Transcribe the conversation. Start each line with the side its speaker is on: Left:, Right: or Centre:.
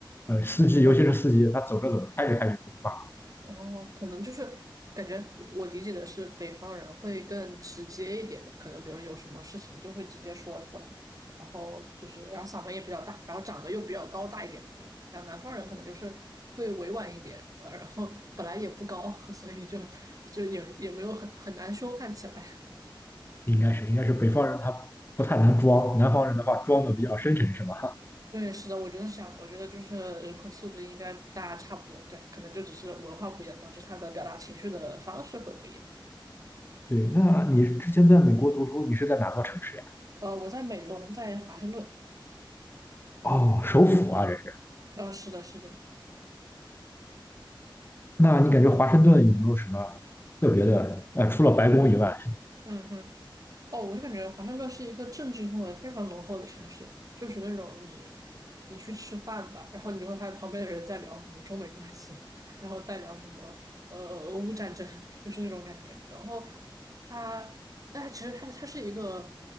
Left: 呃，司机，尤其是司机，
Right: 嗯。
Left: 他走着走着开着开着开始骂，
Right: 哦，可能就是感觉我理解的是北方人会更直接一点的，可能比如有什么事情就会直接说出来，然后就是然后嗓门也比较大，然后长得又比较高大一点嘛，对。然后南方人可能就是会委婉一点，呃然后本来也不高，<laughs> 所以就就也也没有很很难凶悍起来。
Left: 应该是应该是北方人他不太能装，南方人的话装的比较深沉，是吧？
Right: <laughs> 对，是的，我觉得是这样的。我觉得就是人口素质应该大家差不多，对，可能就只是文化不一样，导致他的表达情绪的方式会不一样。
Left: <laughs> 对，那你之前在美国读书，你是在哪座城市呀？
Right: 呃，我在美东，在华盛顿。
Left: 哦，首府啊，这是。
Right: 呃，是的，是的，
Left: 那你感觉华盛顿有没有什么特别的？呃，除了白宫以外，
Right: 嗯哼，哦，我就感觉华盛顿是一个政治氛围非常浓厚的城市，就是那种你你去吃饭吧，然后你就会发现旁边的人在聊什么中美关系，<laughs> 然后再聊什么呃俄乌战争，就是那种感觉。然后它，但它其实它它是一个